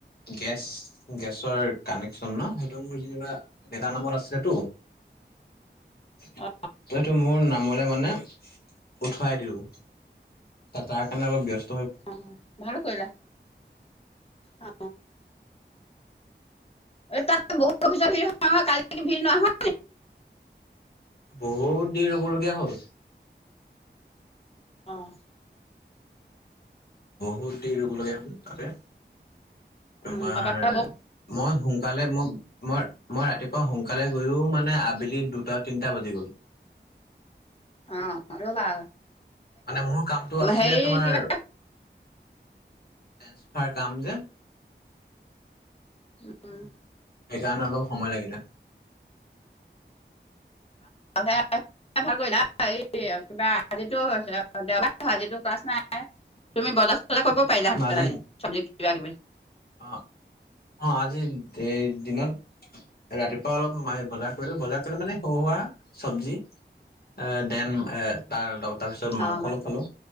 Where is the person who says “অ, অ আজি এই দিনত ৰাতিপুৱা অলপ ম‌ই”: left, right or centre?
Left